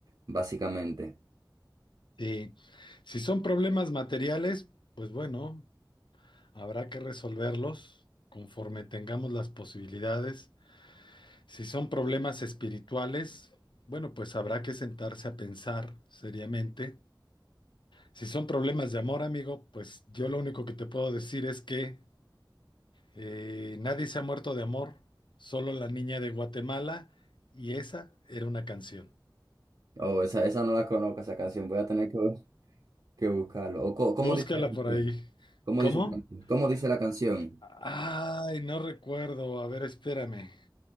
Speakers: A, on the right; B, on the left.
A: básicamente.
B: Y si son problemas materiales, pues bueno, habrá que resolverlos conforme tengamos las posibilidades. Si son problemas espirituales, bueno, pues habrá que sentarse a pensar seriamente. Si son problemas de amor, amigo, pues yo lo único que te puedo decir es que eh, nadie se ha muerto de amor, solo la niña de Guatemala y esa era una canción.
A: Oh, esa, esa no la conozco, esa canción. Voy a tener que... que buscarlo. O co- ¿cómo
B: Búscala
A: dice la canción?
B: por ahí.
A: ¿Cómo
B: ¿Cómo?
A: dice la canción? ¿Cómo dice la canción?
B: Ay, no recuerdo. A ver, espérame.